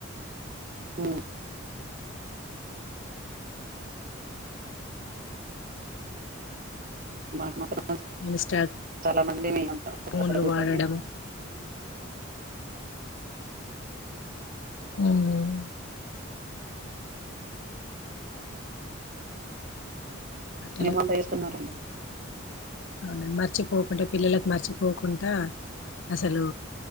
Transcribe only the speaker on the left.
ఇన్స్టా
ఫోన్లు
వాడడము హ్మ్ ఆటలు
అవున మర్చిపోకుండ పిల్లలకు మర్చిపోకుంట అసలు